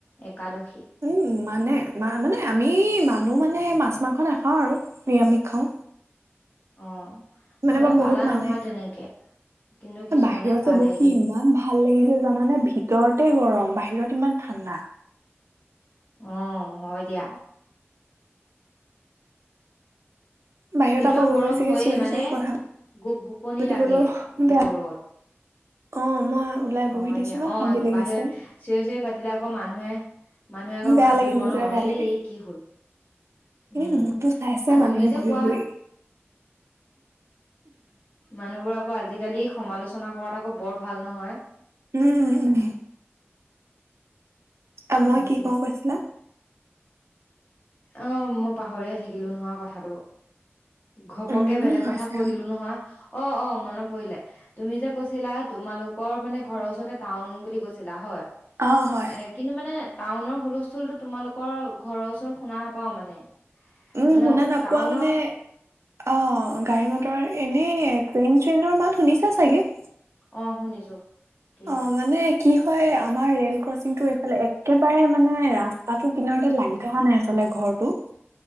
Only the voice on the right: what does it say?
উম মানে মা মানে আমি মানো মানে মাছ মাংস নেখাও আৰু নিৰামিষ খাওঁ।
মানে
বা
বহুত
মানে
বাহিৰত
যে বহি
ইমান ভাল লাগিছে জানানে, ভিতৰতে গৰম বাহিৰত ইমান ঠাণ্ডা।
বাহিৰত
আকৌ বৰ
বেছিকে
চিঞৰি
চিঞৰি কথা
পাতিবলৈও
বেয়া অ' মই ওলাই
বহি দিছো
ইমান
শান্তি লাগিছে
বেয়া
লাগে নিজৰে
বেয়া
লাগে।
এনে
মোৰতো চাইছে
মানুহে
ঘূৰি
ঘূৰি
উম উম। অঁ
মই কি কওঁ কৈছিলা?
উম
হৈছে
অঁ হয়।
উম,
শুনা নাপোৱা
মানে অ' গাড়ী মট তাৰ এনেই ট্ৰেইন চ্ৰেইনৰ মাত শুনিছা চাগে।
অ', মানে কি হয় আমাৰ ৰেল ক্ৰচিংটো এইফালে একেবাৰে মানে ৰাস্তাটো কিনাৰতে লাগি থকা নাই আচলতে। ঘৰটো?